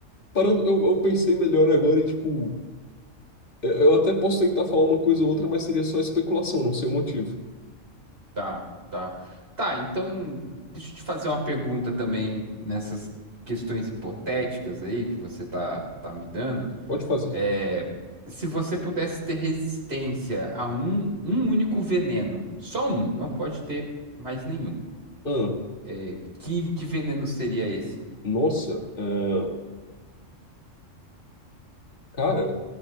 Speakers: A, on the left; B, on the right.
A: Parando, eu, eu pensei melhor agora e, tipo, eu eu até posso tentar falar uma coisa ou outra, mas seria só especulação, não sei o motivo.
B: Tá, tá. Tá, então deixa eu te fazer uma pergunta também nessas questões hipotéticas aí que você tá, tá me dando.
A: Pode fazer.
B: É, se você pudesse ter resistência a um, um único veneno, só um, não pode ter mais nenhum.
A: Ah,
B: É, que, que veneno seria esse?
A: nossa, ah, cara,